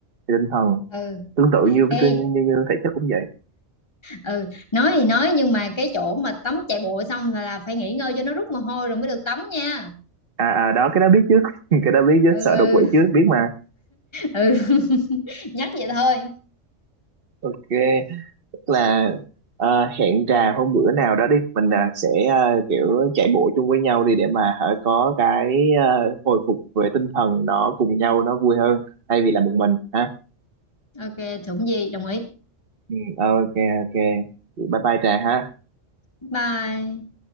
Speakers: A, on the right; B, on the left.
A: về tinh thần
B: ừ
A: tương tự như
B: ê
A: như như, như thể chất cũng vậy
B: ừ nói thì nói nhưng mà cái chỗ mà tắm chạy bộ xong là, là phải nghỉ ngơi cho nó rút mồ hôi rồi mới được tắm nha
A: à, à đó cái đó biết chứ <laughs> cái đó biết chứ
B: ừ
A: sợ
B: ừ
A: đột quỵ chứ biết mà
B: ừ <laughs> nhắc vậy thôi
A: ok tức là ờ, hẹn trà hôm bữa nào đó đi mình à, sẽ à, kiểu chạy bộ chung với nhau đi để mà hả, có cái à, hồi phục về tinh thần nó cùng nhau nó vui hơn thay vì là một mình ha
B: ok thủng gì đồng ý
A: ừ, ok ok bye bye trà ha
B: bye